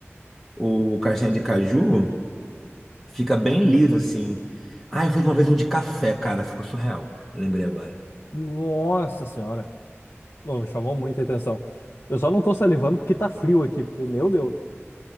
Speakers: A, in the centre; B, on the left (about 70°).
A: o castanha de caju fica bem liso, assim. Ah, eu fiz uma vez um de café, cara, ficou surreal. Lembrei agora.
B: Nossa senhora. Ô, me chamou muita atenção. Eu só não tô salivando porque tá frio aqui, porque, meu Deus.